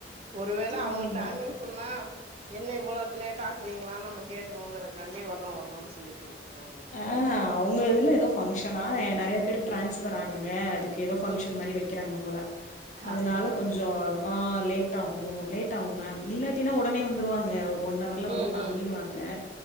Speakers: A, on the right (about 35°); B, on the left (about 40°).
A: ஒருவேள
B: ஆமா
A: அவங்க டைமிங் சொன்னா என்ன இவ்ளோ லேட் ஆக்குவீங்களானு நம்ம கேட்டுருவங்கிறாண்டி வரோ வரோன்ன சொல்லிட்டு வுட்ருக்காங்களா
B: ஆ அவங்க இதுல எதோ ஃபங்க்ஷனா என் நெறைய பேர் டிரான்ஸபர்
A: ம்
B: ஆறாங்க அதுக்கு ஏதோ பங்க்ஷன்
A: ம்
B: மாரி வைக்கிறாங்க போல அதனால
A: ஆ ஆ
B: கொஞ்சு ஆ லேட் ஆகும் லேட் ஆகும் மேம் இல்லாட்டினா ஒடனே வந்துருவாங்க ஒன்னவர்ல வந்து
A: ம்
B: பாண்ணிருவாங்க
A: ம்